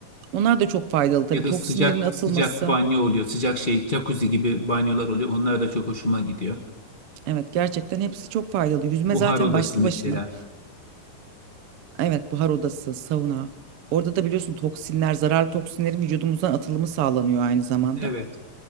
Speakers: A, on the right; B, on the left.
A: Onlar da çok faydalı tabii
B: Ya da
A: toksinlerin
B: sıcak
A: atılması.
B: sıcak banyo oluyor. Sıcak şey jacuzzi gibi banyolar oluyor. Onlar da çok hoşuma gidiyor.
A: Evet gerçekten hepsi çok faydalı. Yüzme
B: Buhar
A: zaten
B: odası
A: başlı
B: mesela.
A: başına. Evet buhar odası, sauna. Orada da biliyorsun toksinler, zararlı toksinlerin vücudumuzdan atılımı sağlanıyor aynı zamanda.
B: Evet,